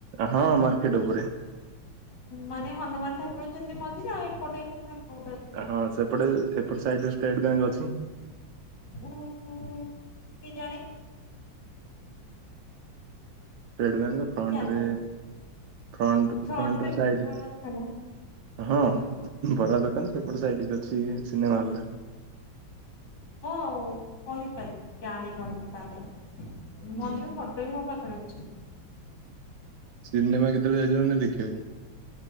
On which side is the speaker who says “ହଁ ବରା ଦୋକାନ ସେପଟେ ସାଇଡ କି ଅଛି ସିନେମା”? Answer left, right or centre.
Right